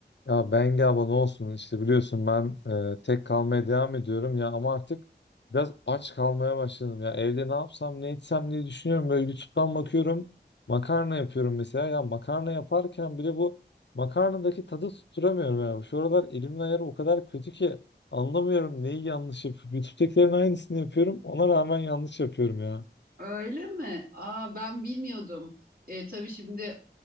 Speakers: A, on the left; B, on the right.
A: Ya Bengi abla ne olsun işte biliyorsun ben e, tek kalmaya devam ediyorum ya ama artık biraz aç kalmaya başladım ya evde ne yapsam ne etsem diye düşünüyorum böyle YouTube'dan bakıyorum makarna yapıyorum mesela ya makarna yaparken bile bu makarnadaki tadı tutturamıyorum ya şu aralar elimin ayarı o kadar kötü ki anlamıyorum neyi yanlış yapıyorum YouTube'dakilerin aynısını yapıyorum ona rağmen yanlış yapıyorum ya.
B: Öyle mi? Aa ben bilmiyordum. E, tabii şimdi